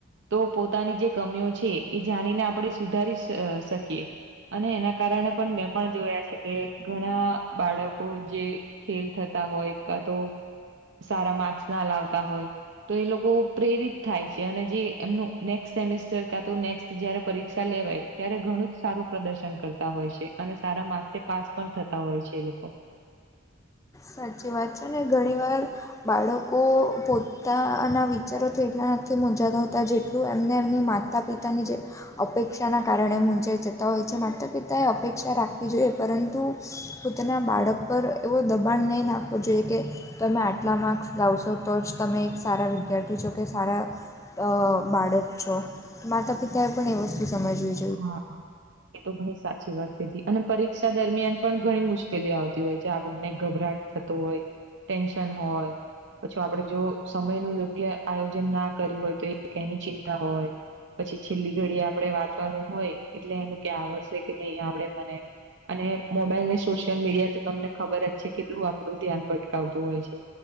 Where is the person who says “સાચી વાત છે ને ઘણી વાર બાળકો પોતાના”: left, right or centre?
Left